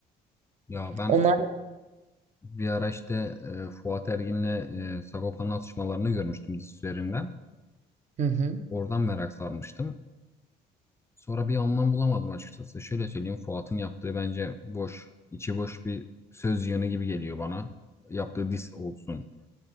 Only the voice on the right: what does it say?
Onlar
Hı hı.